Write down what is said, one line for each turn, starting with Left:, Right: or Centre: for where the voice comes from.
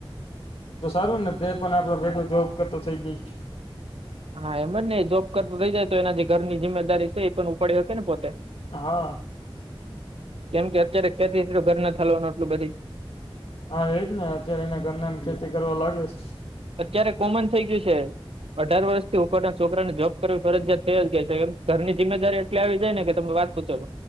Left: તો સારું ને તે પણ આપડે ભેગ જોબ કરતો થઈ ગઈ.
Right: હા એમ જ ને જોબ કરતો થઇ જાય તો એના જે ઘર ની જિમ્મેદારી છે એ પણ ઉપાડી શકે ને પોતે જ.
Left: હા.
Right: કેમ કે અત્યારે ખેતી એટલું ઘર ના થાલવાનું એટલું બધી.
Left: હા, એજ ને અત્યારે એને કરરના ને ખેતી કરવા લાગે છે.
Right: અત્યારે કોમન થઈ ગયું છે અઢાર વર્ષથી ઉપરના છોકરાને જોબ કરવી ફરજયાત થયા જ ગાય છે એમ? ઘરની જિમ્મેદારી એટલી આવી જાય ને કે તમે વાત. <unintelligible>